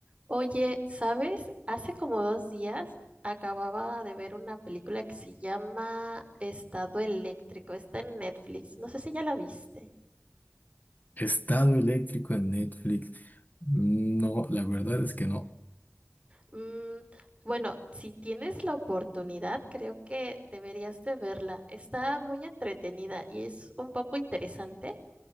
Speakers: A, on the right; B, on the left.
A: Oye, ¿sabes? Hace como dos días acababa de ver una película que se llama Estado Eléctrico. Está en Netflix. No sé si ya la viste.
B: Estado eléctrico en Netflix. No, la verdad es que no.
A: Mm, bueno, si tienes la oportunidad, creo que deberías de verla. Está muy entretenida y es un poco interesante